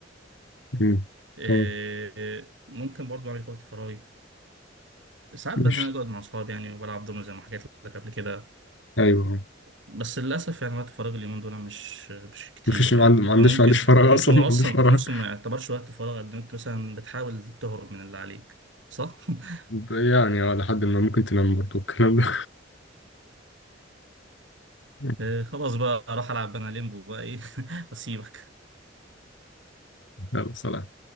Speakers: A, on the left; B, on the right.
A: مم.
B: إيه،
A: تمام
B: ممكن برضو أعمل في وقت فراغي ساعات
A: ماشي
B: بنزل اقعد مع اصحابي يعني وبلعب دومينو زي ما حكيت لك قبل كده
A: ايوه
B: بس للاسف يعني وقت فراغي اليومين دول مش مش كتير
A: مفيش ما
B: يعني
A: عند- ما عنديش
B: فممكن
A: ما عنديش فراغ
B: ممكن
A: اصلا ما
B: هو
A: عنديش
B: اصلا
A: فراغ
B: ممكن ما يعتبرش وقت فراغ قد ما انت مثلا بتحاول تهرب من اللي عليك صح؟ <laughs>
A: يعني اه لحد ما ممكن تنام برضه الكلام ده <laughs>
B: آه، خلاص بقى اروح العب انا ليمبو بقى ايه <laughs> واسيبك
A: يلا سلام